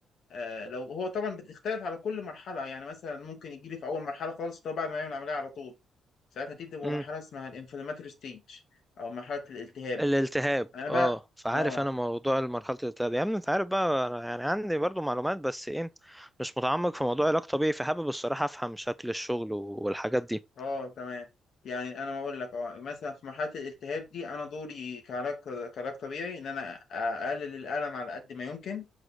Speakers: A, on the left; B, in the centre.
A: آه، لو هو طبعا بتختلف على كل مرحله يعني مثلا ممكن يجي لي في اول مرحله خالص طبعا بعد ما يعمل العمليه على طول ساعتها دي بتبقى
B: امم
A: مرحلة اسمها الانفلاماتوري ستيج أو مرحلة الالتهاب
B: الالتهاب
A: أنا بقى
B: اه فعارف
A: آه
B: انا موضوع مرحله الالتهاب يا ابني انت عارف بقى انا يعني عندي برضو معلومات بس ايه مش متعمق في موضوع علاج طبيعي فحابب الصراحه افهم شكل الشغل والحاجات دي
A: آه تمام يعني أنا بقول لك آه مثلا في مرحلة الالتهاب دي أنا دوري كعلاج كعلاج طبيعي إن أنا أقلل الألم على قد ما يمكن